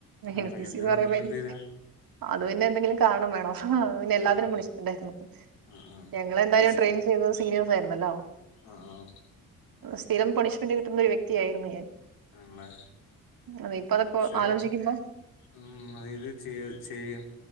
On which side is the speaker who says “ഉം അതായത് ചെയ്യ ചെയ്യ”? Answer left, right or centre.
Left